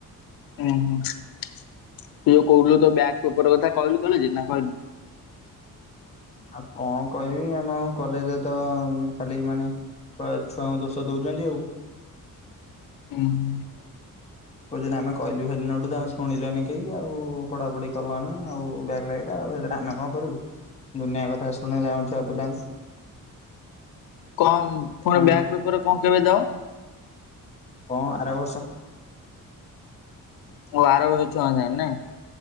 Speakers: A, on the left; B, on the left.
A: ଉଁ ହୁଁ ତୁ ଯୋଉ କହୁଥିଲୁ ତୋ ବ୍ୟାକ ପେପର କଥା କହିଲୁ କଣ ଏ ଯାଏଁ ନା କହିନୁ?
B: ଆଉ କଣ କହିବି ଆମ କଲେଜରେ ତ ଖାଲି ମାନେ <unintelligible> ଛୁଆଙ୍କୁ ଦୋଷ ଦଉଛନ୍ତି ଆଉ।
A: ଉଁ ହୁଁ।
B: କହୁଛନ୍ତି ଆମେ କହିଲୁ ସେଦିନଠୁ ତମେ ଶୁଣିଲନି କେଇ ଆଉ ପଢାପଢି କଲନି ଆଉ ବ୍ୟାକ ଲାଗିଲା ଆଉ ସେ <unintelligible> ନା କଁ କରିବୁ ଦୁନିଆ କଥା ଶୁଣେଇଲା ଆମ ଛୁଆ ପିଲାଙ୍କୁ।
A: କଁ ପୁଣି
B: ଆମ
A: ବ୍ୟାଗ ପେପରରେ କଁ କେବେ ଯାଅ?
B: କଁ ଆର ବର୍ଷ
A: ଓ ଆର ବର୍ଷ ଛୁଆଙ୍କ ସାଙ୍ଗେ ନାଇଁ।